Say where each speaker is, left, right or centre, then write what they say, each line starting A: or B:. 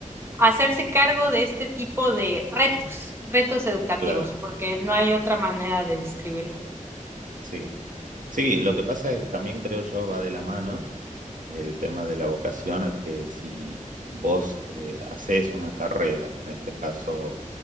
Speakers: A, on the right; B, on the right.
A: hacerse cargo de este tipo de retos, retos educativos,
B: Claro.
A: porque no hay otra manera de describirlo.
B: Sí. Sí, lo que pasa es que también creo yo va de la mano. el tema de la vocación a que si vos eh, haces una carrera, en este caso